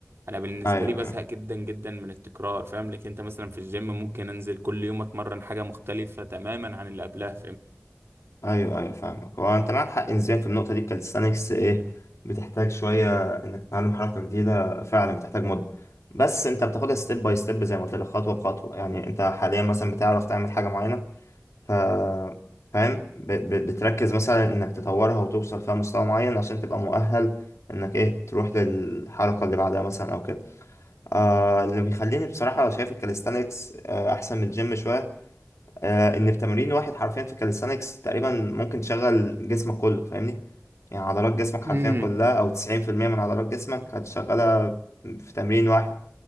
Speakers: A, on the right; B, on the left.
A: انا بالنسبه
B: ايوه
A: لي بزهق
B: ايوه
A: جدا جدا من التكرار فاهم لك انت مثلا في الجيم ممكن انزل كل يوم اتمرن حاجه مختلفه تماما عن اللي قبلها
B: ايوه ايوه فاهمك هو انت معاك حق نسبيا في النقطه دي الكاليستانكس ايه بتحتاج شويه انك تتعلم حركه جديده فعلا بتحتاج مده بس انت بتاخدها ستيب باي ستيب زي ما قلت لك خطوه بخطوه يعني انت حاليا مثلا بتعرف تعمل حاجه معينه ف فاهم ب... ب... بتركز مثلا انك تطورها وتوصل فيها مستوى معين عشان تبقى مؤهل انك ايه تروح للحركه اللي بعدها مثلا او كده آه اللي بيخليني بصراحه شايف الكاليستانكس آه احسن من الجيم شويه آه، ان في تمرين واحد حرفيا في كاليستانكس تقريبا ممكن تشغل جسمك كله فاهمني يعني عضلات جسمك حرفيا
A: فاهمني
B: كلها او 90% من عضلات جسمك هتشغلها في تمرين واحد